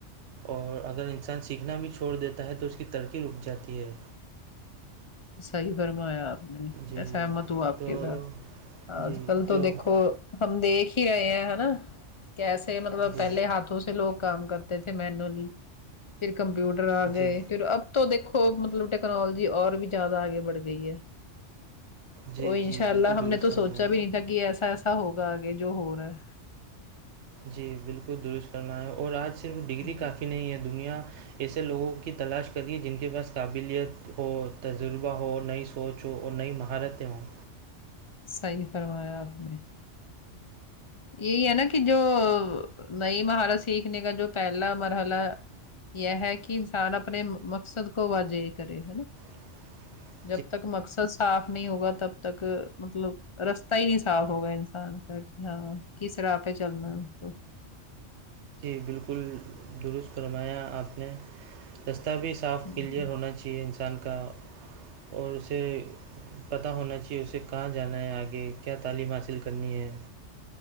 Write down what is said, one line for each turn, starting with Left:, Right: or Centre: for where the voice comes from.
Right: اور اگر انسان سیکھنا بھی چھوڑ دیتا ہے تو اس کی ترقی رک جاتی ہے
Left: صحیح فرمایا آپ نے
Right: جی
Left: میں سہمت ہوں آپ
Right: تو
Left: کے ساتھ
Right: جی
Left: آج کل تو
Right: جو
Left: دیکھو ہم دیکھ ہی رہے ہیں نا کیسے مطلب
Right: جی
Left: پہلے ہاتھوں پ لوگ کام کرتے تھے مینولی پھر کمپیوٹر آ گئے
Right: جی
Left: پھر اب تو دیکو مطلب ٹیکنالوجی اور بھی زیادہ آگے بڑھ گئی ہے
Right: جی
Left: تو انشاء
Right: جی بالکل
Left: اللہ ہم
Right: درست
Left: نے تو
Right: فرمایا
Left: سوچا بھی نہیں تھا کہ ایسا ایسا ہوگا آگے جو ہو رہا ہے
Right: جی بالکل درست فرما ہے اور آج صرف ڈگری
Left: ہے
Right: کافی نہیں ہے دنیا ایسے لوگوں کی تلاش کریے جن کے پاس قابلیت ہو تجربہ ہو نئی سوچوں اور نئی مہارتیں ہوں
Left: صحیح فرمایا آپ نے یہی ہے نا کہ جو نئی مہارت سیکھنے کا جو پہلا مرحلہ یہ ہے کہ انسان اپنے مقصد کو واجے کرے ہےا
Right: <inaudible>
Left: جب تک مقصد صاف نہیں ہوگا تب تک مطلب رستہ ہی نہیں صاف ہوگا انسان کا کہ ہاں کس طرح پہ چلنا ہے
Right: جی بالکل درست فرمایا آپ نے دستاویز صاف
Left: ہ
Right: کلیئر ہونا چاہیے انسان کا اور اسے پتاہ ہونا چاہیے اسے کہاں جانا ہے آگے کیا تعلیم حاصل کرنی ہے